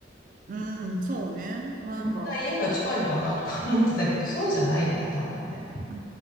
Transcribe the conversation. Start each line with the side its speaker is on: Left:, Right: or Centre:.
Right: うん、そうね。まあなんか、
Left: みんな家が近いのかなとか思ってたけど、そうじゃないよね、多分ね。
Right: う